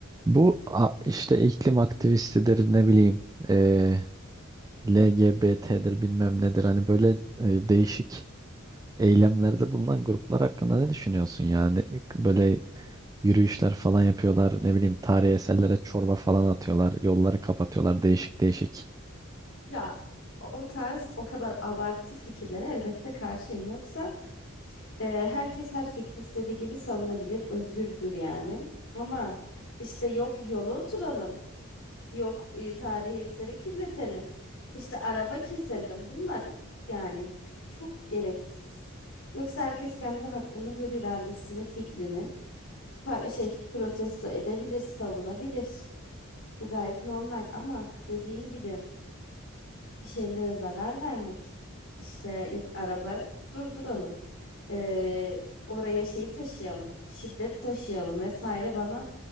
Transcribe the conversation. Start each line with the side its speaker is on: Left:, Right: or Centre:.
Right: Bu a- işte iklim aktivistidir ne bileyim eee LGBT'dir bilmem nedir hani böyle e, değişik eylemlerde bulunan gruplar hakkında ne düşünüyorsun yani böyle yürüyüşler falan yapıyorlar ne bileyim tarihi eserlere çorba falan atıyorlar yolları kapatıyorlar değişik değişik.
Left: Ya o tarz o kadar abartı fikirlere elbette karşıyım. Yoksa e, herkes her fikri istediği gibi savunabilir, özgürdür yani. Ama işte yok yolu oturalım, yok e, tarihi eseri kirletelim, işte araba keselim. Bunlar yani çok çok gereksiz. Yoksa herkes kendi hakkını, hür iradesini, fikrini pa- şey protesto edebilir, savunabilir. Bu gayet normal ama dediğim gibi. bir şeylere zarar vermek. İşte yok araba durduralım. Ee, oraya şey taşıyalım, şiddet taşıyalım vesaire bana